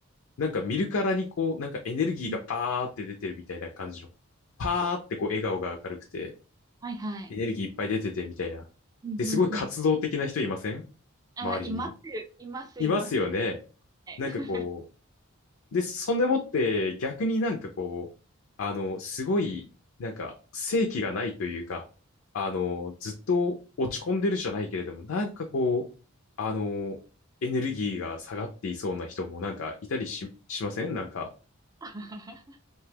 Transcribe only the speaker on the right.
うん
はいはい。
うんうんうん。
あ、
います、います、
います。はい
<laughs>